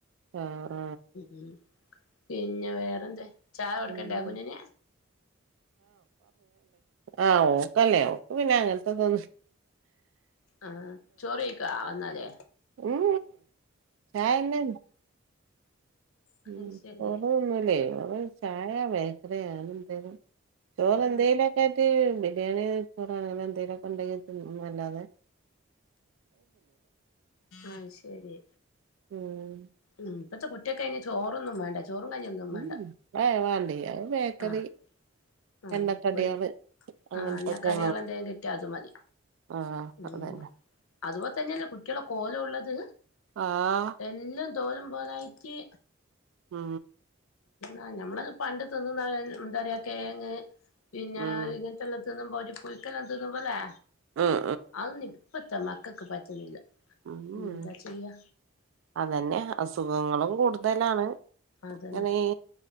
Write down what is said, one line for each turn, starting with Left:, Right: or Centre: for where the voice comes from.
Right: ആഹ്
Left: ഉം പിന്നെ വേറെന്താ ചായ കൊടുക്കണ്ടെ
Right: ആഹ്
Left: കുഞ്ഞിന്
Right: ആ ഓക്കല്ലേ ഓക്ക് പിന്നെ അങ്ങനത്തെ ഇതെന്നും
Left: ആ ചോറ് കഴിക്കാ വന്നാല്
Right: ഉ ചായന്നെ നി
Left: അത്
Right: ഉം
Left: ശരി
Right: ചോർ ന്നൂല്ലേ റ ചായ ബേക്കറിയാണ് എന്തേലും ചോറ്
Left: ആ
Right: എന്തേലുമൊക്കെ ഇട്ട് ബിരിയാണി ചോറാണെങ്കില് എന്തെേലുമൊക്കെ ഉണ്ടാക്കി തിന്നും എന്നല്ലാതെ
Left: ആഹ് ശരി
Right: ഉം
Left: ഉം ഇപ്പഴത്തെ കുട്ടികൾക്ക് ഐന് ചോറൊന്നും വേണ്ട ചോറും കഞ്ഞി ഒന്നും
Right: ഉം
Left: വേണ്ട
Right: അത് വാണ്ടേ അത് ബേക്കറി
Left: ആഹ് ആഹ്
Right: എണ്ണക്കടികള്
Left: പോയി
Right: അങ്ങനത്തൊക്കെ
Left: ആ എണ്ണക്കടികള് എന്തെങ്കിലും കിട്ടായാ അത് മതി
Right: ആഹ്
Left: മ്
Right: അതന്നെ
Left: അതുപോലെ തന്നെയല്ലേ കുട്ടികള കോലം ഉള്ളത്
Right: ആഹ്
Left: എല്ലും തോലും പോലായിട്ട്
Right: ആ
Left: ആ ഞമ്മളക്കെ പണ്ട് തിന്നുന്നത്എന്താ പറയാ കിഴങ്ങ് പിന്നെ
Right: ഉം
Left: ഇങ്ങനത്തെ എല്ലാം തിന്നുമ്പോ ഒരു പുളിക്കെല്ലാം തിന്നുമ്പോല്ലെ
Right: ഉം
Left: അതെന്നും ഇപ്പം മക്കൾക്ക് പറ്റുന്നില്ല
Right: ഉം
Left: പിന്നെ എന്താ ചെയ്യാ
Right: അതന്നെ അസുഖങ്ങളും കൂടുതലാണ്
Left: അതന്നെ
Right: അങ്ങനെ ഈ